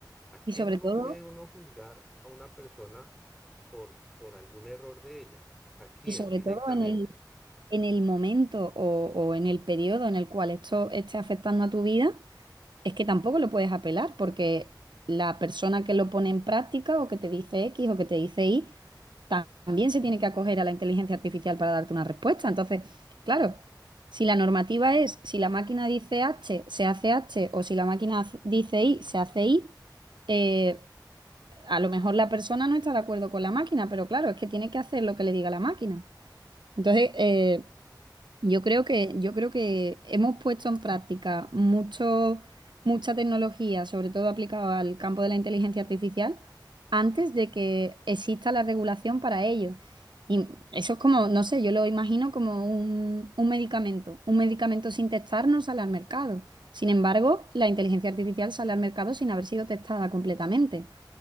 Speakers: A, in the centre; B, on the right.
A: ¿A quién
B: Y sobre
A: uno
B: todo,
A: puede uno juzgar a una persona por, por algún error de ella? ¿A quién
B: y sobre
A: directamente?
B: todo en el, en el momento o, o en el periodo en el cual esto esté afectando a tu vida, es que tampoco lo puedes apelar porque la persona que lo pone en práctica o que te dice X o que te dice Y, ta- también se tiene que acoger a la inteligencia artificial para darte una respuesta. Entonces, claro, si la normativa es, si la máquina dice H, se hace H, o si la máquina hace- dice Y, se hace Y, eh, a lo mejor la persona no está de acuerdo con la máquina, pero claro, es que tiene que hacer lo que le diga la máquina. Entonces, eh, yo creo que, yo creo que hemos puesto en práctica mucho, mucha tecnología, sobre todo aplicada al campo de la inteligencia artificial, antes de que exista la regulación para ello. Y eso es como, no sé, yo lo imagino como un, un medicamento, un medicamento sin testar no sale al mercado. Sin embargo, la inteligencia artificial sale al mercado sin haber sido testada completamente.